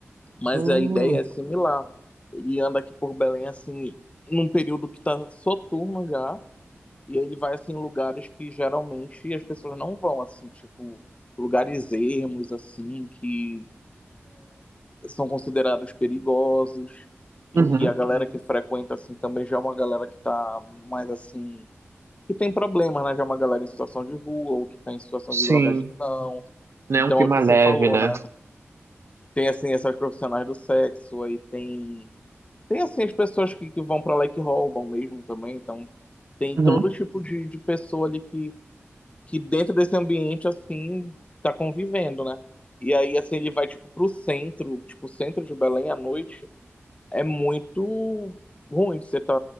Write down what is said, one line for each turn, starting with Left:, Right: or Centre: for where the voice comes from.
Left: Mas
Right: Hum,
Left: a ideia é similar. Ele anda aqui por Belém, assim, num período que tá soturno já, e ele vai assim em lugares que geralmente as pessoas não vão, assim, tipo, lugares ermos, assim, que são considerados perigosos
Right: uhum.
Left: e que a galera que Uhum. frequenta, assim, também já é uma galera que tá mais, assim, que tem problemas, né? Já é uma galera em situação de rua ou que tá em situação
Right: Sim.
Left: de drogadição.
Right: Né?
Left: Então,
Right: Um clima
Left: é o que
Right: leve,
Left: você falou,
Right: né?
Left: né? Tem, assim, essas profissionais do sexo, aí tem... Tem, assim, as pessoas que, que vão pra lá e que roubam mesmo também, então... Tem
Right: Uhum.
Left: todo tipo de, de pessoa ali que que dentro desse ambiente, assim, tá convivendo, né? E aí, assim, ele vai, tipo, pro centro, tipo, o centro de Belém à noite, é muito ruim de você tá,